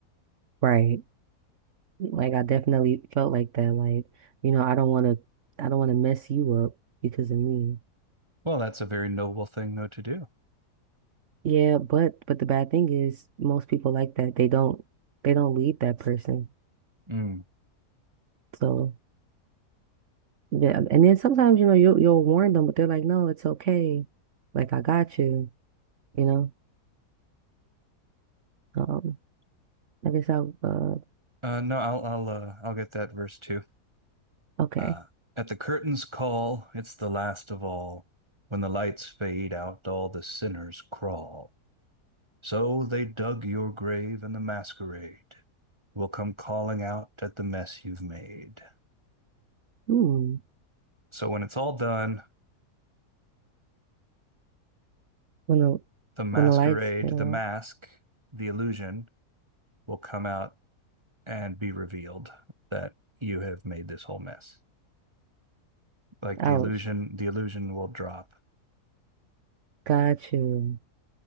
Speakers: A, on the right; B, on the right.
A: right. Like I definitely felt like that. Like you know, I don't want to I don't want to mess you up because of me.
B: Well, that's a very noble thing though to do.
A: Yeah, but but the bad thing is most people like that. They don't they don't leave that person.
B: Mm.
A: So. Yeah, and then sometimes, you know, you you'll warn them, but they're like, "No, it's okay. Like I got you." You know. Um, I guess I uh
B: Uh, no, I'll I'll uh, I'll get that verse too.
A: okay.
B: Uh, at the curtain's call, it's the last of all. When the lights fade out, all the sinners crawl. So they dug your grave and the masquerade will come calling out at the mess you've made.
A: Hmm.
B: So when it's all done,
A: When the
B: the masquerade,
A: when the lights went
B: the
A: out,
B: mask, the illusion will come out and be revealed that you have made this whole mess. Like
A: ouch.
B: the illusion, the illusion will drop.
A: Got you.